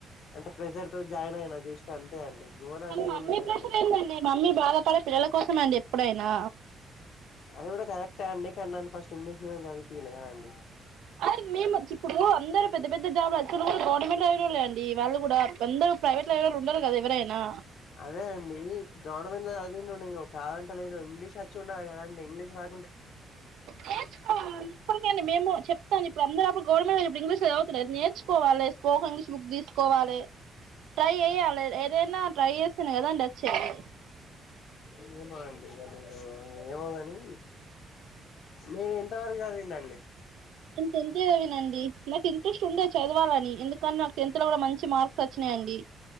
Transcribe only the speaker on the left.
అంటే ప్చ్ ప్రెజర్ తో జాయిన్ అయిన జస్ అంతే అండి. గోల్ అని
ఏం లేదండి
అది కూడా కరెక్టే అండి, కని నన్ను ఫస్ట్ ఇంగ్లీష్ మీడియం చదిలే కదా అండి.
అదే అండి గవర్నమెంట్ లో చదివిండు నేను కాదంట లేను, ఇంగ్లీష్ అచ్చి ఉండాలి కదండి ఇంగ్లీష్ రా
ఏమో అండి మీరు ఏమో గని మీరు ఎంతవరకు చదివింరండి